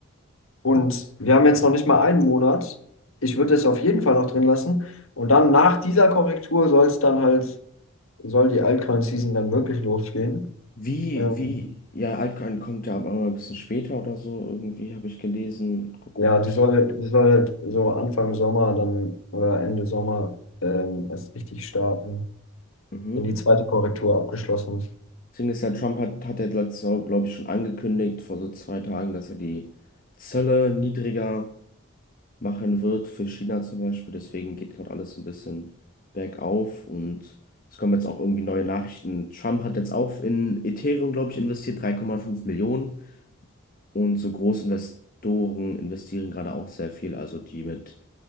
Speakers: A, on the left; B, on the left.
A: Und wir haben jetzt noch nicht mal einen Monat. Ich würde es auf jeden Fall noch drin lassen. Und dann nach dieser Korrektur soll es dann halt, soll die Altcoin-Season dann wirklich losgehen.
B: Wie,
A: Ähm,
B: wie, ja, Altcoin kommt ja immer ein bisschen später oder so, irgendwie habe ich gelesen, geguckt.
A: ja, die soll, die soll halt so Anfang Sommer dann oder Ende Sommer ähm, erst richtig starten,
B: Mhm.
A: wenn die zweite Korrektur abgeschlossen ist.
B: Deswegen ist ja Trump hat, hat er letztes Jahr, glaube ich, schon angekündigt, vor so zwei Tagen, dass er die Zölle niedriger machen wird für China zum Beispiel. Deswegen geht gerade alles ein bisschen bergauf und es kommen jetzt auch irgendwie neue Nachrichten. Trump hat jetzt auch in Ethereum, glaube ich, investiert, 3,5 Millionen. Und so Großinvestoren investieren gerade auch sehr viel, also die mit